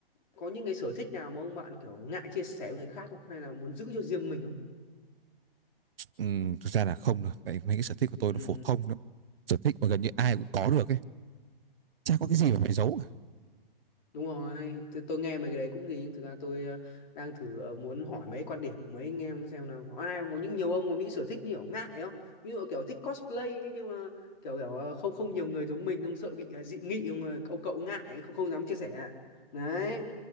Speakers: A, on the left; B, on the right.
A: có những cái sở thích nào mà ông bạn kiểu ngại chia sẻ với người khác không hay là muốn giữ cho riêng mình không
B: ừ, thực ra là không đâu tại mấy cái sở thích của tôi
A: ừ
B: nó phổ thông lắm sở thích mà gần như ai cũng có được ấy chả có cái gì mà phải giấu cả.
A: Đúng rồi, tôi, tôi nghe mấy cái đấy cũng gì nhưng thực ra tôi ờ, đang thử ờ, muốn hỏi mấy quan điểm của mấy anh em xem là có ai không? có những nhiều ông có nghĩ sở thích như kiểu ngại không? Ví dụ kiểu thích cosplay ấy, nhưng mà kiểu kiểu ờ, không không nhiều người giống mình không sợ bị ờ, dị nghị không ờ, ông cậu ngại không không dám chia sẻ. Đấy.